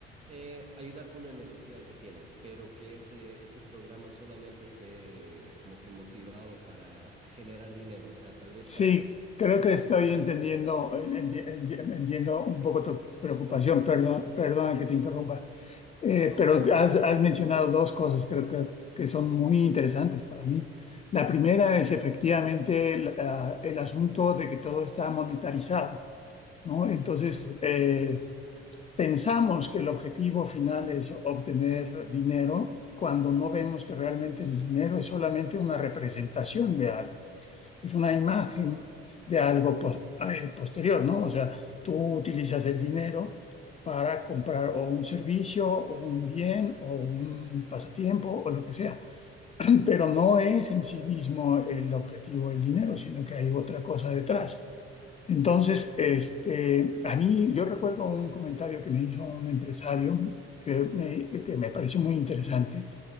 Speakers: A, on the right; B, on the left.
A: eh, ayudar con una necesidad que tienen, pero que ese, ese programa solamente esté como que motivado para generar dinero, o sea, tal vez
B: sí,
A: para
B: creo
A: eh,
B: que estoy
A: entrar
B: entendiendo,
A: a-
B: en- en- en- entiendo un poco tu preocupación.
A: el punto, ¿no?
B: Perdón, perdona que te interrumpa. Eh,
A: No,
B: pero
A: por favor.
B: has, has mencionado dos cosas creo que, que son muy interesantes para mí. La primera es efectivamente el, ah, el asunto de que todo está monetarizado, ¿no? Entonces,
A: ¿Mm?
B: eh, pensamos que el objetivo final es obtener dinero cuando no vemos que realmente el dinero es solamente una representación de algo es una imagen
A: Wow.
B: de algo pos- eh, posterior, ¿no? O sea, tú utilizas el dinero para comprar o un servicio o un bien o un pasatiempo o lo que sea, <clears throat> pero no es en sí mismo el objetivo del dinero, sino que hay otra cosa detrás. Entonces, este, a mí yo recuerdo un comentario que me hizo un empresario que me, que me pareció muy interesante